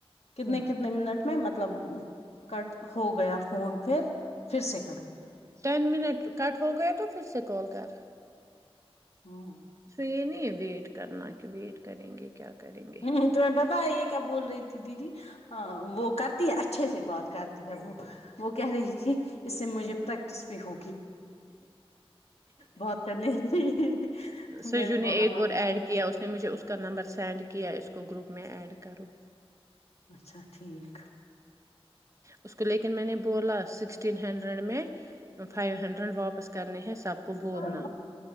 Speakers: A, on the left (about 85°); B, on the right (about 30°).
A: کتنے
B: ہاں
A: کتنے منٹ میں مطلب کٹ ہو گیا فون پھر پھر سے کرو
B: ٹین منٹ کٹ ہو گئے تو پھر سے کال کر
A: ہوں
B: سوئی یہ نہیں ہے ویٹ کرنا کہ ویٹ کریں گے کیا کریں گے
A: ہوں تمہیں پتا ہے یہ کیا بول رہی تھی دیدی ہاں وہ کرتی ہے اچھے سے بات کرتی ہے وہ وہ کہہ رہی تھی اس سے مجھے پریکٹس بھی ہوگی بہت چنی جی
B: سجو
A: میں نے بولا
B: ایک
A: ہاں
B: اور
A: ٹھیک
B: ایڈ کیا اس نے مجھے اس کا نمبر سینڈ کیا اس کو گروپ میں ایڈ کرو
A: اچھا ٹھیک
B: اس کو لیکن میں نے بولا سکسٹین ہنڈریڈ میں فائیو ہنڈریڈ واپس کرنے ہیں سب کو بولنا
A: ہ